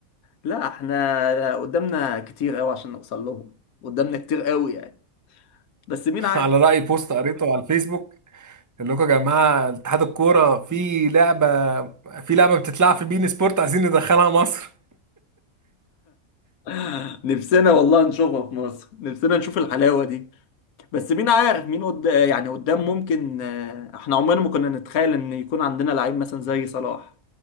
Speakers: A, on the left; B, on the right.
A: لا احنا قدامنا كتير قوي عشان نوصل لهم قدامنا كتير قوي يعني بس
B: <laughs>
A: مين عارف
B: على رأي بوست قريته على الفيسبوك اللي لكم يا جماعة اتحاد الكورة في لعبة في لعبة بتتلعب في بين سبورت عايزين ندخلها مصر
A: <laughs> نفسنا والله نشوفها في مصر نفسنا نشوف الحلاوه دي بس مين عارف مين قد... يعني قدام ممكن آه، احنا عمرنا ما كنا نتخيل ان يكون عندنا لعيب مثلا زي صلاح